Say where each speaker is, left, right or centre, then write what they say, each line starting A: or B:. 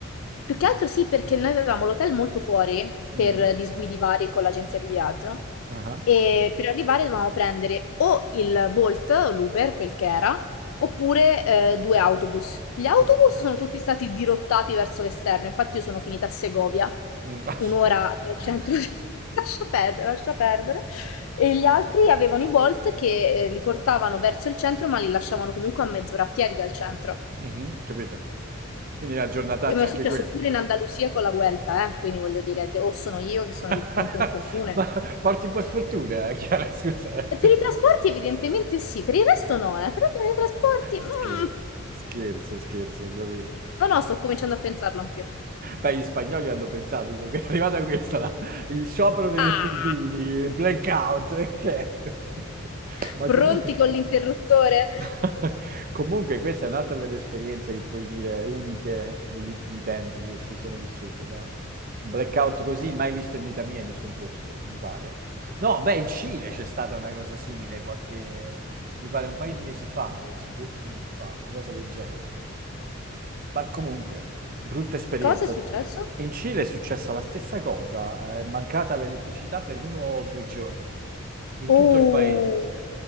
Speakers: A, on the left; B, on the right.
A: Più che altro sì, perché noi avevamo l'hotel molto fuori
B: Mhm.
A: per disguidi vari con l'agenzia di viaggio
B: Ah,
A: E per arrivare dovevamo prendere o il Bolt, o l'Uber, quel che era, oppure eh, due autobus. Gli autobus
B: Capito.
A: sono tutti stati dirottati verso l'esterno, infatti io sono finita a Segovia,
B: Mm.
A: un'ora
B: <laughs>
A: dal centro di... <laughs> Lascia perdere, lascia perdere. E gli altri avevano i Bolt che eh, li portavano verso il centro, ma li lasciavano comunque a mezz'ora a piedi dal centro.
B: Mhm, Capito. Quindi la giornataccia
A: E mi è
B: anche
A: successo
B: quella.
A: pure in Andalusia con la Vuelta, eh, Quindi voglio dire, de- o sono io che sono
B: <laughs>
A: il punto in comune.
B: Ma porti un po' sfortuna, eh, Chiara, scusa. eh,
A: E
B: se-
A: per i trasporti evidentemente sì, per il resto no, eh. Però per i trasporti... mm.
B: Scherzo, scherzo, scherzo, ovviamente.
A: No, no, sto cominciando a pensarlo anch'io.
B: Beh, gli spagnoli hanno pensato, dico, è arrivata questa, la- il sciopero degli
A: Ah!
B: stupini, blackout, eh, che è? Sì.
A: <laughs>
B: Ma
A: Pronti
B: comunque...
A: con l'interruttore?
B: <laughs> Comunque questa è un'altra delle esperienze che puoi dire uniche negli ultimi tempi che si sono vissute, no? Un blackout così mai visto in vita mia in nessun posto, mi pare. No, beh, in Cile c'è stata una cosa simile qualche, mi pare un paio di mesi fa, forse, due o tre mesi fa, una cosa del genere. Ma comunque. Brutta esperienza.
A: Cosa è successo?
B: In Cile è successa la stessa cosa, eh, è mancata l'elettricità per uno o due giorni, in
A: Oh!
B: tutto il paese, sì.